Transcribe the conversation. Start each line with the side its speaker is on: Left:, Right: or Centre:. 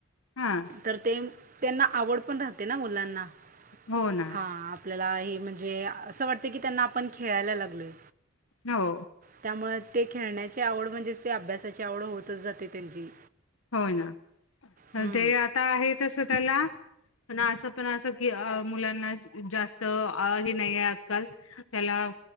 Left: हा
Right: तर ते त्यांना आवड पण राहते ना मुलांना
Left: हो ना?
Right: हां आपल्याला आहे म्हणजे असं वाटते की त्यांना आपण खेळायला लागलोय
Left: हो
Right: <inaudible> त्यामुळे ते न्याची आवड म्हणजेच ते अभ्यासाची आवड <unintelligible> होतच जाते त्यांची
Left: हो ना
Right: हं.
Left: तर आता आहे तसं त्याला पण असं पण अस की मुलांना जास्त हे नाही आहे आजकाल त्याला